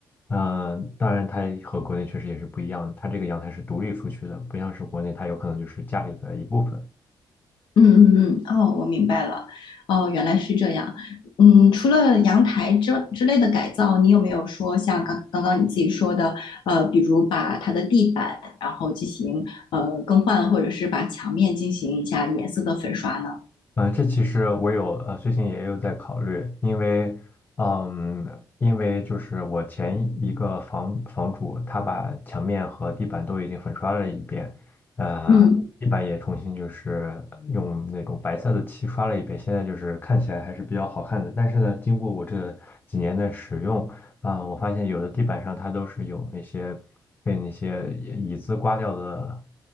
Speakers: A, on the left; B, on the left.
A: 呃，当然，它和国内确实也是不一样的。它这个阳台是独立出去的，不像是国内，它有可能就是家里的一部分。
B: 嗯嗯嗯，哦，我明白了，哦，原来是这样。嗯，除了阳台之之类的改造，你有没有说像刚刚刚你自己说的，呃，比如把它的地板然后进行呃更换，或者是把墙面进行一下颜色的粉刷呢？
A: 呃，这其实我有呃，最近也有在考虑，因为，嗯，因为就是我前一个房房主，他把墙面和地板都已经粉刷了一遍，呃，
B: 嗯，
A: 地板也重新就是用那种白色的漆刷了一遍，现在就是看起来还是比较好看的。但是呢，经过我这几年的使用，啊、我发现有的地板上它都是有那些被那些呃椅子刮掉的